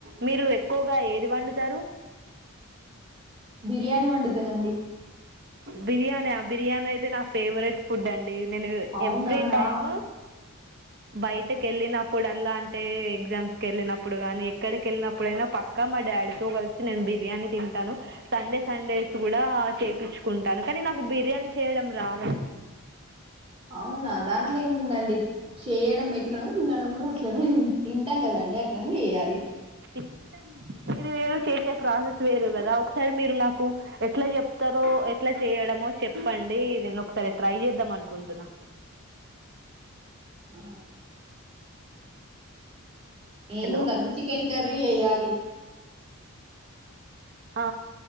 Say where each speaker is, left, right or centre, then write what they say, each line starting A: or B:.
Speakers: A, on the right; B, on the right.
A: మీరు ఎక్కువగా ఏది వండుతారు
B: బిర్యానీ వండితనండి
A: బిర్యానా బిర్యానీ అయితే నా ఫేవరెట్ ఫుడ్ అండి నేను ఏ
B: అవునా
A: ఎవ్రీ
B: నాకు
A: టైము బయటకి వెళ్ళిన ఇప్పుడు అల్లా అంటే ఎగ్జామ్స్ కెళ్ళినప్పుడు గానీ ఎక్కడికి వెళ్ళినప్పుడైనా పక్క మా డాడితో కలిసి నేను బి బిర్యానీ తింటాను సండే సండేస్ కూడా చేపిచ్చు కుంటాను కానీ నాకు బిర్యానీ చేయడం రాదండి
B: అవునా దాంట్లో ఏముందండి చేయడం ఎట్లనో తినడం కూడా అట్లనే తింటాం కదండి అండి అట్లనే చేయాలి
A: తింటాం తినేది వేరు చేసే ప్రాసెస్ వేరు కదా ఒకసారి మీరు నాకు ఎట్లా చెప్త త్తరో ఎట్లా చేయడమో చెప్పండి నేను ఒకసారి ట్రై చేద్దాం అనుకుంటున్నా
B: ఆ ఏముందండి
A: హలో
B: చికెన్ కర్రీ ఎయ్యలి
A: ఆ